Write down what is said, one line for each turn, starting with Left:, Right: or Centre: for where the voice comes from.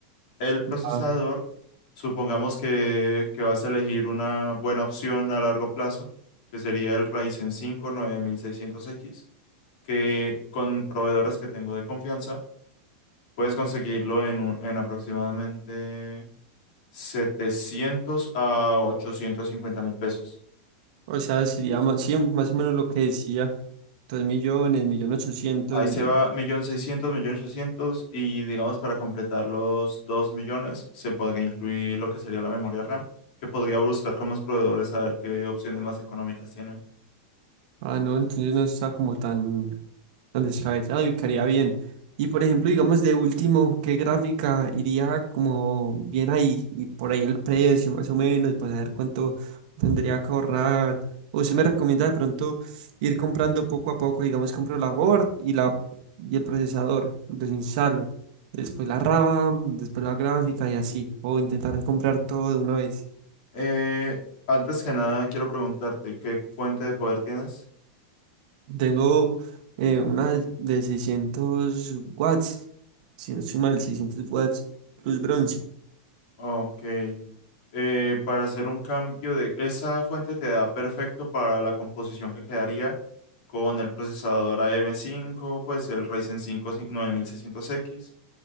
Left: El procesador,
Right: ah,
Left: supongamos que, que vas a elegir una buena opción a largo plazo, que sería el Ryzen cinco nueve mil seiscientos x que con proveedores que tengo de confianza Puedes conseguirlo en, un- en aproximadamente 700 a 850 mil pesos.
Right: o sea, sería más, sí, más o menos lo que decía, 2 millones, millón 800,
Left: Ahí
Right: millón.
Left: se va 1.600.000, ochocientos y digamos para completar los 2 millones se podría incluir lo que sería la memoria RAM, que podría buscar con los proveedores a ver qué opciones más económicas tienen.
Right: Ah, no, entonces no está como tan, Tan descabellado y quedaría bien. Y por ejemplo, digamos de último, ¿qué gráfica iría como bien ahí? Y por ahí el precio más o menos, para saber cuánto tendría que ahorrar. O se me recomienda de pronto ir comprando poco a poco, digamos, compro la board y la y el procesador, los instalo. Después la RAM, después la gráfica y así. O intentar comprar todo de una vez.
Left: Eh, antes que nada quiero preguntarte, ¿qué fuente de poder tienes?
Right: Tengo eh, una de 600 watts, si no estoy mal, 600 watts plus bronce.
Left: Ok. Eh, para hacer un cambio de... Esa fuente te da perfecto para la composición que quedaría con el procesador A. AM5, pues el Ryzen cinco nueve mil seiscientos x